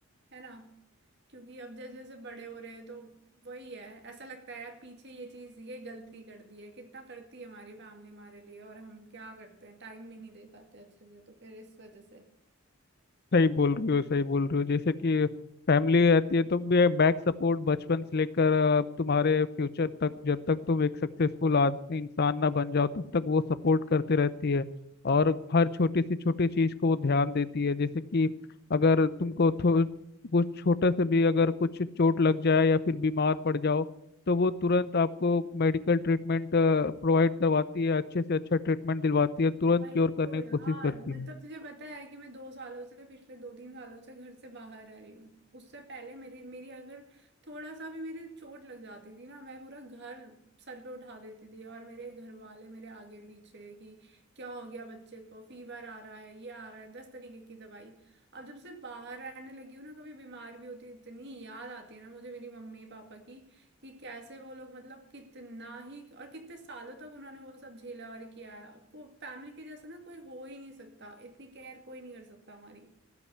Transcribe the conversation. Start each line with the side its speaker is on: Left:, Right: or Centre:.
Right: है ना क्योंकि अब जैसे जैसे बड़े हो रहे हैं तो वही है ऐसा लगता है यार पीछे ये चीज ये गलती कर दी है कितना करती है हमारी फैमिली हमारे लिए और हम क्या करते हैं टाइम भी नहीं दे पाते अच्छे से तो फिर इस वजह से
Left: सही बोल रही हो सही बोल रही हो जैसे कि फैमिली रहती है तो भी बैक सपोर्ट बचपन से लेकर अ, तुम्हारे फ्यूचर तक जब तक तुम एक सक्सेसफुल इंसान ना बन जाओ तब तक वो सपोर्ट करते रहती है और हर छोटी सी छोटी चीज को वो ध्यान देती है जैसे कि अगर तुमको थो- कुछ छोटा से भी अगर कुछ चोट लग जाए या फिर बीमार पड़ जाओ तो वो तुरंत आपको मेडिकल ट्रीटमेंट प्रोवाइड करवाती है अच्छे से अच्छा ट्रीटमेंट दिलवाती है तुरंत
Right: वही
Left: क्योर करने
Right: तो यार
Left: की कोशिश करती
Right: मतलब
Left: है
Right: तुझे पता है कि मैं दो सालों से पिछले दो तीन सालों से घर से बाहर रह रही हूँ उससे पहले मेरी मेरी अगर थोड़ा सा भी मेरे चोट लग जाती थी ना मैं पूरा घर सर पे उठा देती थी और मेरे घर वाले मेरे आगे पीछे कि क्या हो गया बच्चे को फीवर आ रहा है ये आ रहा है दस तरीके की दवाई अब जब से बाहर रहने लगी हूँ ना कभी बीमार भी होती हूँ, इतनी याद आती है ना मुझे मेरी मम्मी पापा की कि कैसे वो लोग मतलब कितना ही और कितने सालों तक उन्होंने वो सब झेला और किया को फैमिली के जैसा ना कोई हो ही नहीं सकता इतनी केयर कोई नहीं कर सकता हमारी